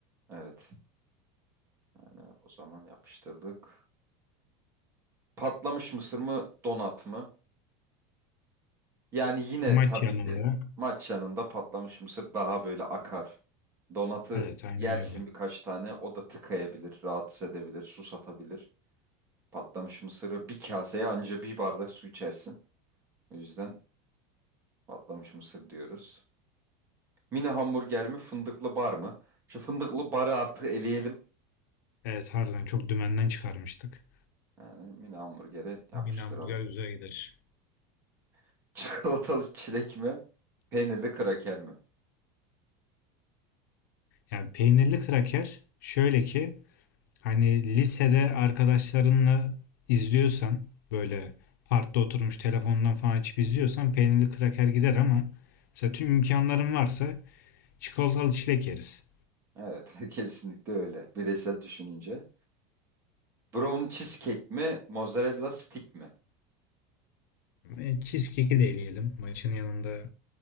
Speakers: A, on the right; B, on the left.
A: Evet. Hani o zaman yapıştırdık. Patlamış mısır mı? Donat mı? Yani yine
B: Maç
A: tabii
B: yanında.
A: ki maç yanında patlamış mısır daha böyle akar. Donatı
B: Evet aynen
A: yersin
B: öyle.
A: birkaç tane. O da tıkayabilir, rahatsız edebilir, susatabilir. Patlamış mısırı bir kaseye anca bir bardak su içersin. O yüzden Patlamış mısır diyoruz. Mini hamburger mi fındıklı bar mı? Şu fındıklı barı artık eleyelim.
B: Evet harbiden çok dümenden çıkarmıştık.
A: Yani mini hamburgeri yapıştıralım.
B: Bir hamburger güzel gider.
A: <laughs> Çikolatalı çilek mi? Peynirli kraker mi?
B: Yani peynirli kraker şöyle ki Hani lisede arkadaşlarınla izliyorsan böyle parkta oturmuş telefondan falan açıp izliyorsan peynirli kraker gider ama mesela tüm imkanların varsa çikolatalı çilek yeriz.
A: Evet <laughs> kesinlikle öyle. Bireysel düşününce. Brownie cheesecake mi? Mozzarella stick mi?
B: E, cheesecake'i de eleyelim. Maçın yanında